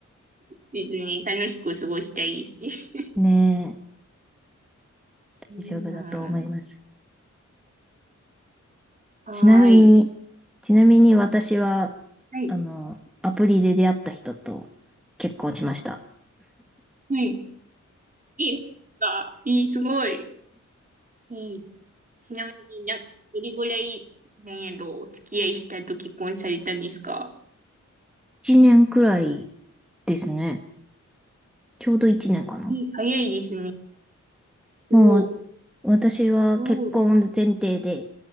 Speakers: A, on the right; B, in the centre.
A: ですね。楽しく過ごしたいですね。<laughs>
B: ね
A: いいな
B: 大丈夫だと思います。
A: あ
B: ちなみに、
A: <laughs> はーい。
B: ちなみに私は
A: はい。
B: あの、アプリで出会った人と結婚しました。
A: はい。いいか。いい、すごい。いい。ちなみになんか、どれぐらい、なんやろ、お付き合いしたと結婚されたんですか
B: 1年くらいですね。ちょうど1年かな。
A: いい、早いですね。
B: もう
A: すごい。
B: 私は結婚前提で、
A: おー